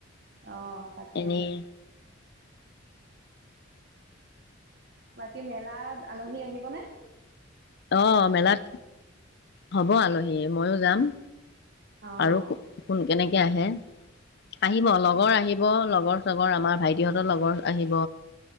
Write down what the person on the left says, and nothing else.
এনেই
আহ মেলাত হ'ব আলহীয়ে ময়ো জাম
আৰু কোন কেনেকে আহে আহিব লগৰ আহিব লগৰ চগৰ আমাৰ ভাইটিহঁতৰ লগৰ আহিব